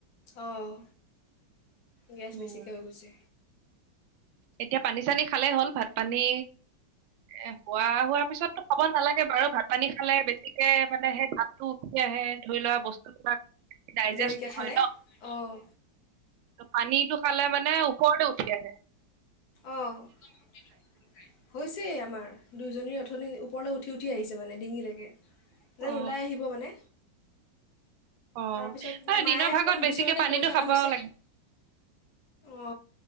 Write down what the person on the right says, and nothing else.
উম।
এতিয়া পানী- চানী খালে হ'ল ভাত- পানী এ খোৱা হোৱাৰ পিছতো খাব নালাগে বাৰু ভাত -পানী খালে বেছিকে মানে সেই ভাতটো উঠি আহে ধৰি লোৱা বস্তু বিলাক ডাইজেষ্ট
নহয়
ন',
পানীটো খালে মানে ওপৰলে উঠি আহে।
অ।
অ
মানে
দিনৰ ভাগত
বেছিকে
পানীটো
খাব
লাগে।